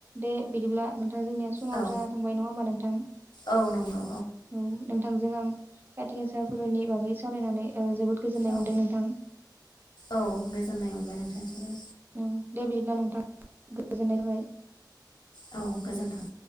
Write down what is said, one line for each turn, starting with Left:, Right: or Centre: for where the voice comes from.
Right: दे। बिदिब्ला नों थां जोंनिया समाबो
Left: औ
Right: जाना थांबाय, नङा होमबा नोंथां?
Left: औ नंगौ
Right: औ। नोंथांजों आं काथि गासा फोरबोनि बागै सावरायनानै ओ जोबोद गोजोननाय
Left: औ
Right: मोनदों नोंथां।
Left: औ गोजोननाय मोनबाय नोंथांनिसिमबो
Right: औ दे बि बिदिब्ला नोंथां गोजोननाय थाबाय।
Left: औ गोजोन्थों।